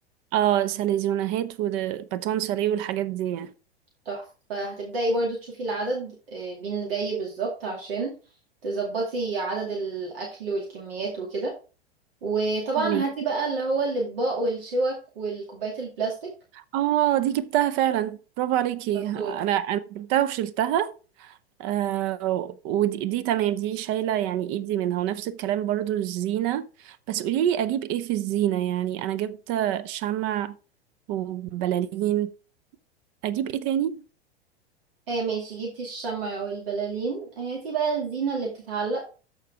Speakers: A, on the right; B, on the right.
A: اه ساليزونهات وباتون ساليه والحاجات دي يعني
B: تحفة فهتبدأي برضو تشوفي العدد آه، مين جاي بالظبط عشان تظبطي عدد الأكل والكميات وكده وطبعا
A: ماشي
B: هاتي بقى اللي هو الأطباق والشوك والكوبايات البلاستيك
A: اه دي جبتها فعلا برافو عليكي
B: شطور
A: انا انا جبتها وشلتها آه ودي دي تمام دي شايله يعني ايدي منها ونفس الكلام برضو الزينه بس قولي لي اجيب ايه في الزينه يعني انا جبت شمع وبلالين اجيب ايه تاني
B: آه ماشي جبتي الشمع والبلالين هاتي بقى الزينة اللي بتتعلق